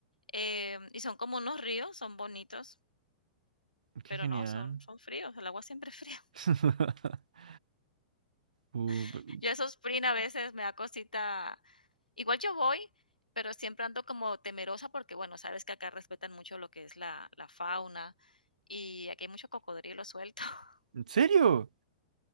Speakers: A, on the left (about 80°); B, on the right (about 70°).
A: Em, y son como unos ríos, son bonitos,
B: Qué
A: pero
B: genial.
A: no, son, son fríos, el agua siempre es fría.
B: <laughs> Uh,
A: <laughs>
B: pero-
A: Yo esos spring a veces me da cosita. Igual yo voy, pero siempre ando como temerosa porque, bueno, sabes que acá respetan mucho lo que es la, la fauna y aquí hay mucho cocodrilo suelto. <laughs>
B: ¿en serio?